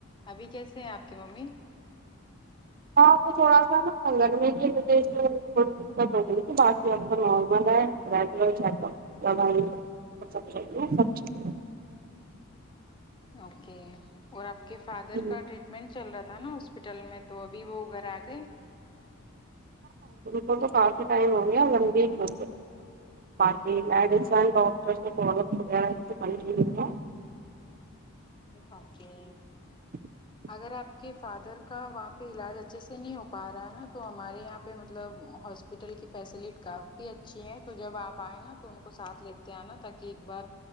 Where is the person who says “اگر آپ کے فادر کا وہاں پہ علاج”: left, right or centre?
Left